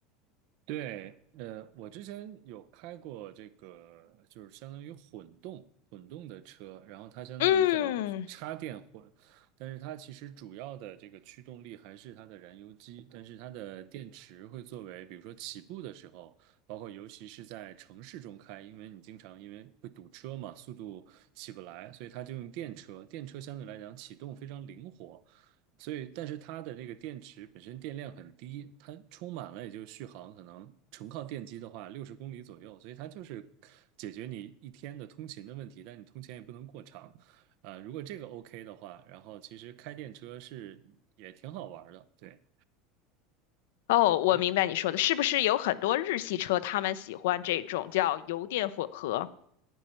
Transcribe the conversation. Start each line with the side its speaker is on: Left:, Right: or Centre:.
Right: 对，呃，我之前有开过这个，就是相当于混动混动的车，然后它相当于叫插电混，
Left: 嗯。
Right: 但是它其实主要的这个驱动力还是它的燃油机，但是它的电池会作为，比如说起步的时候，包括尤其是在城市中开，因为你经常因为会堵车嘛，速度起不来，所以它就用电车，电车相对来讲启动非常灵活。所以，但是它的那个电池本身电量很低，它充满了也就续航可能纯靠电机的话，六十公里左右，所以它就是解决你一天的通勤的问题，但你通勤也不能过长，啊、如果这个 OK 的话，然后其实开电车是也挺好玩的，对。
Left: 哦，
Right: 它的。
Left: 我明白你说的，是不是有很多日系车他们喜欢这种叫油电混合？